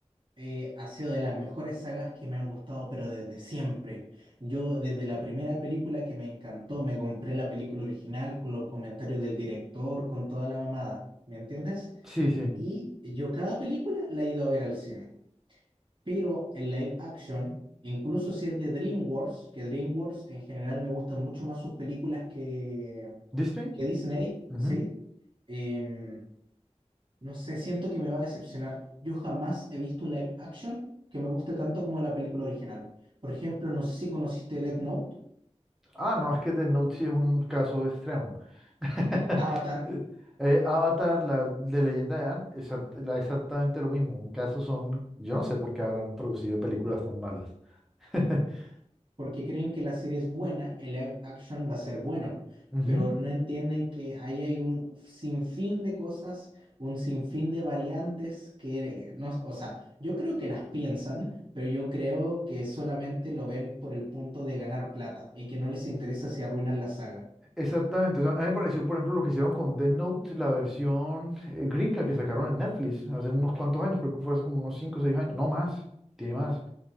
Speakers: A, on the right (about 45°); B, in the centre.
A: eh, ha sido de las mejores sagas que me han gustado, pero desde siempre. Yo desde la primera película que me encantó, me compré la película original con los comentarios del director, con toda la mamada, ¿me entiendes?
B: Sí, sí.
A: Y yo cada película la he ido a ver al cine, pero en live action, incluso si es de DreamWorks, que DreamWorks en general me gustan mucho más sus películas que,
B: ¿Disney?
A: que Disney,
B: Ujú.
A: ¿sí? Em, no sé, siento que me va a decepcionar. Yo jamás he visto un live action que me guste tanto como la película original. Por ejemplo, no sé si conociste Death Note,
B: Ah, no, es que The Note sí es un caso extremo. <laughs>
A: Avatar,
B: Eh, Avatar, la de Leyenda de Ann, exact- la- exactamente lo mismo. En caso son, yo no sé por qué habrán producido películas tan malas. <laughs>
A: porque creen que la serie es buena, el live action va a ser bueno,
B: Ujú,
A: pero no entienden que ahí hay un sinfín de cosas, un sinfín de variantes que eh, no, o sea, yo creo que las piensan, pero yo creo que solamente lo ven por el punto de ganar plata y que no les interesa si arruinan la saga.
B: Exactamente. O sea, a mí me pareció, por ejemplo, lo que hicieron con Death Note, la versión eh, gringa que sacaron en Netflix hace unos cuantos años, creo que fue hace como unos 5 o 6 años, no más, tiene más.